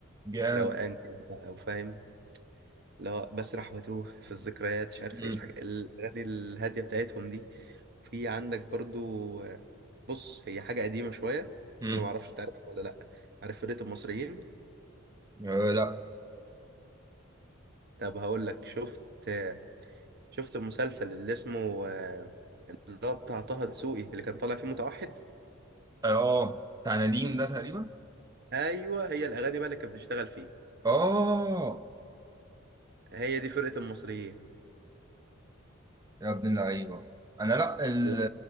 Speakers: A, on the right (about 20°); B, on the right (about 50°).
A: جامد
B: روقان كده بقى وفاهم لا بسرح واتوه في الذكريات مش عارف
A: امم
B: ايه الحاجة الأغاني الهادية بتاعتهم دي في عندك برضو آه، بص هي حاجة قديمة شوية
A: امم
B: بس أنا معرفش أنت عارف ولا لأ عارف فرقة المصريين
A: آه لا
B: طب هقول لك شفت آه، شفت المسلسل اللي اسمه آه، اللي هو بتاع طه دسوقي اللي كان طالع فيه متوحد
A: اه بتاع نديم ده تقريبا
B: أيوه هي الأغاني بقى اللي كانت بتشتغل فيه
A: اه
B: هي دي فرقة المصريين
A: يا ابن اللعيبه انا لا ال-
B: لا.